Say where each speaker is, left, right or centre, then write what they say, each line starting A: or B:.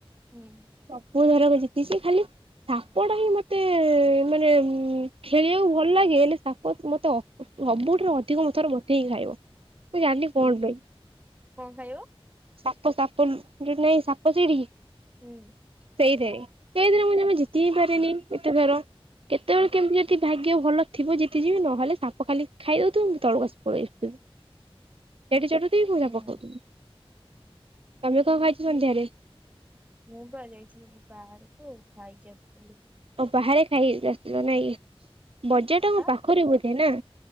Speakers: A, on the right (about 15°); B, on the right (about 65°).
A: ହୁଁ।
B: ସବୁଥିରେ ବି ଜିତିଛି ଖାଲି ସାପଟା ହିଁ ମତେ ମାନେ ଖେଳିବାକୁ ଭଲ ଲାଗେ, ହେଲେ ସାପ ମତେ ଅ ସବୁଠାରୁ ଅଧିକ ମଥର ମୋତେ ହିଁ ଖାଇବ। ମୁଁ ଜାଣିନି କଣ
A: ହୁଁ
B: ପାଇଁ।
A: କଣ ଖାଇବ?
B: ସାପ ସାପ ଯୋ ନାଇଁ ସାପ ସିଡି।
A: ହୁଁ।
B: ସେଇଥିରେ ସେଇଥିରେ ମୁଁ ଜମା ଜିତି ହିଁ ପାରେନି ଏତେ ଥର, କେତେବେଳେ କେମିତି ଯଦି ଭାଗ୍ୟ ଭଲ ଥିବ ଜିତିଯିବି ନହେଲେ ସାପ ଖାଲି ଖାଇଦଉଥିବ ମୁଁ ତଳକୁ ଖସି ପଳେଇ ଆସୁଥିବି। ଏଠି ସେଠି ତି <unintelligible> ମନେ
A: ହୁଁ
B: ପକୋଉଥିବି। ତମେ କଣ ଖାଇଚ ସନ୍ଧ୍ୟାରେ?
A: ମୁଁ ବା ଯାଇଥିଲି ବାହାରକୁ ଖାଇକି ଆସିଥିଲି।
B: ଓ ବାହାରେ ଖାଇି <unintelligible> ଆସିଥିଲ ନାଁ କି। ବଜାରଟା କଣ
A: ଆ
B: ପାଖରେ ବୋଧେ ନା